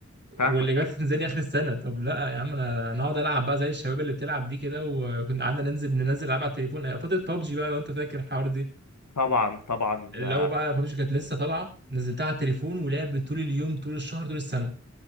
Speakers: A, on the left; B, on the right.
A: فاهمك
B: والاجابات هتنزل لي اخر السنه طب لا يا عم انا انا اقعد العب بقى زي الشباب اللي بتلعب دي كده وكنا قعدنا ننزل ننزل العب على التليفون آه، فتره بابجي بقى لو انت فاكر الحوار دي
A: طبعا طبعا
B: اللي
A: ده
B: هو بقى بابجي كانت لسه طالعه نزلتها على التليفون ولعبت طول اليوم طول الشهر طول السنه